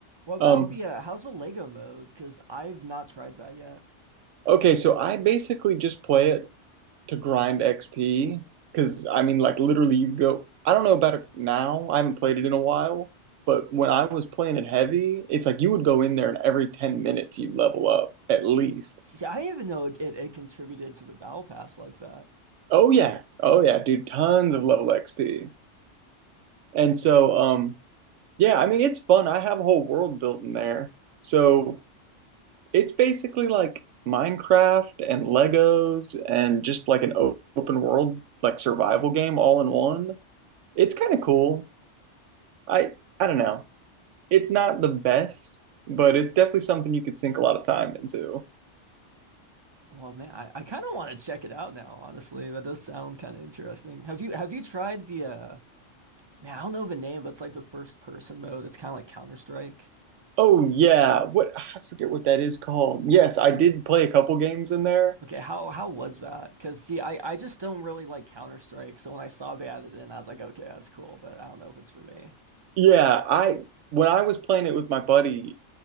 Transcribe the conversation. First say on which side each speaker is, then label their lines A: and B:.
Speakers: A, on the right; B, on the right.
A: What about
B: Um,
A: the uh, how's the Lego mode? Because I've not tried that yet.
B: okay, so I basically just play it to grind XP because I mean, like literally, you go, I don't know about it now. I haven't played it in a while, but when I was playing it heavy, it's like you would go in there and every 10 minutes you level up at least.
A: See, I didn't even know it, it contributed to the battle pass like that.
B: Oh, yeah. Oh, yeah, dude, tons of level XP. And so, um, yeah, I mean, it's fun. I have a whole world built in there. So it's basically like Minecraft and Legos and just like an o- open world, like survival game all in one. It's kind of cool. I I don't know. It's not the best, but it's definitely something you could sink a lot of time into.
A: Well, man, I, I kind of want to check it out now, honestly. That does sound kind of interesting. Have you have you tried the uh man, I don't know the name, but it's like the first person mode. It's kind of like Counter-Strike.
B: Oh yeah, what I forget what that is called. Yes, I did play a couple games in there.
A: Okay, how how was that? Because see, I I just don't really like Counter-Strike, so when I saw they added it in, I was like, okay, that's cool, but I don't know if it's for me.
B: Yeah, I when I was playing it with my buddy,